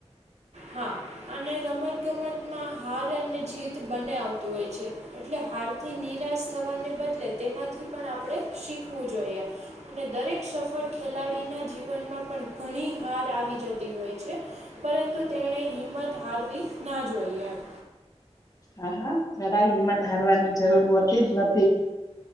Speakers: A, on the right; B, on the left.
A: હા અને રમત ગમતમાં હાર અને જીત બને આવતું હોય છે એટ લે હારથી નિરાશ થવાને બદલે તેમાંથી પણ આપણે શીખવું જોઈએ. અને દરેક સફળ ખેલાડીના જીવનમાં પણ ઘણી હાર આવી જતી હોય છે પરંતુ તેણે હિંમત હારવી ના જોઈએ એમ
B: હા હા જરા હિંમત હારવાની જરૂર હોતી જ નથી